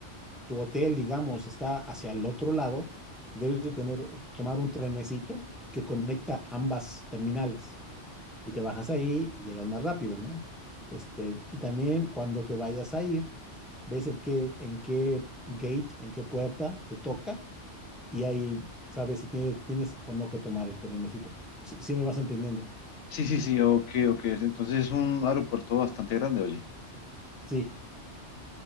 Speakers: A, in the centre; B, on the left.
A: tu hotel, digamos, está hacia el otro lado, debes de tener, tomar un trenecito que conecta ambas terminales y te bajas ahí y llegas más rápido, ¿no? Este, y también cuando te vayas a ir, ves en qué, en qué gate, en qué puerta te toca y ahí sabes si tienes, tienes o no que tomar el trenecito. Si, si me vas entendiendo.
B: Sí, sí, sí, ok, ok. Entonces es un aeropuerto bastante grande, oye.
A: Sí.